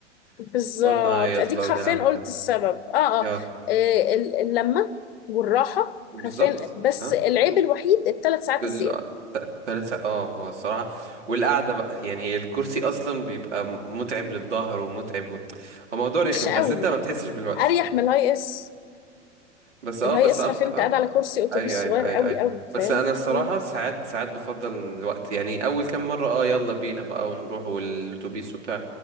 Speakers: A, on the left (about 55°); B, on the right (about 70°).
A: بالظبط
B: <laughs> نقعد نهيص
A: اديك
B: بقى
A: حرفيا
B: ونلعب وكده
A: قلت السبب اه
B: اه
A: اه آه، ال- اللمه والراحه
B: بالظبط
A: حرفيا بس
B: اه
A: العيب الوحيد الثلاث ساعات
B: بال...
A: الزياده
B: تلات ساعات اه هو الصراحه والقعده بقى يعني هي الكرسي اصلا بيبقى متعب للظهر ومتعب و... هو موضوع رخم
A: مش قوي
B: بس انت ما بتحسش بالوقت
A: اريح من الهاي اس
B: بس اه
A: الهاي
B: بس
A: اس
B: اه
A: حرفيا انت قاعد على كرسي اتوبيس
B: ايوه ايوه
A: صغير
B: ايوه
A: قوي
B: ايوه
A: قوي فاهم
B: بس انا الصراحه
A: مم.
B: ساعات ساعات بفضل الوقت يعني اول كام مره اه يلا بينا بقى ونروح والاتوبيس وبتاع